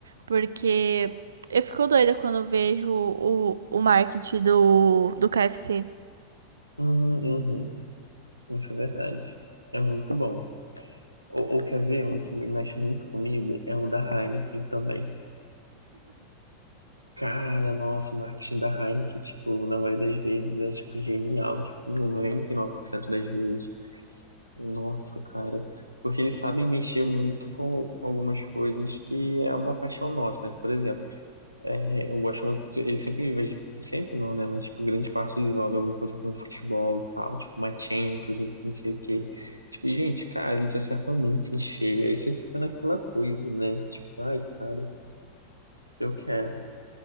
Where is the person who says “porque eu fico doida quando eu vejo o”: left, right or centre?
Right